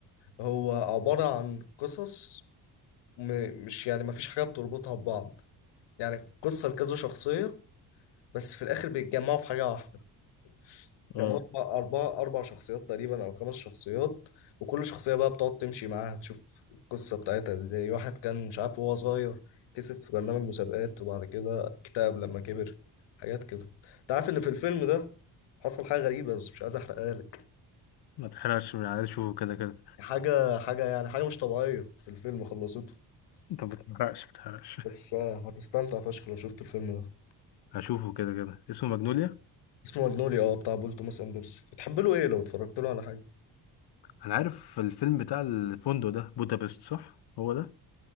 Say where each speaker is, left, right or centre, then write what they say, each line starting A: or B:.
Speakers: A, on the left; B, on the left.
A: هو عبارة عن قصص م... مش يعني ما فيش حاجة بتربطها ببعض يعني قصة لكذا شخصية بس في الآخر بيتجمعوا في حاجة واحدة
B: اه
A: كانوا أربع أربعة أربع شخصيات تقريبا أو خمس شخصيات وكل شخصية بقى بتقعد تمشي معاها تشوف القصة بتاعتها إزاي واحد كان مش عارف وهو صغير كسب في برنامج مسابقات وبعد كده اكتئب لما كبر حاجات كده أنت عارف إن في الفيلم ده حصل حاجة غريبة بس مش عايز أحرقها لك
B: ما تحرقش من عايز اشوفه كده كده
A: حاجة حاجة يعني حاجة مش طبيعية في الفيلم خلصته
B: انت ما بتحرقش ما بتحرقش <laughs>
A: بس آه، هتستمتع فشخ لو شفت الفيلم ده
B: هشوفه كده كده اسمه ماجنوليا
A: اسمه ماجنوليا اه بتاع بول توماس اندرسون بتحب له ايه لو اتفرجت له على حاجة
B: انا عارف الفيلم بتاع الفندق ده بودابست صح هو ده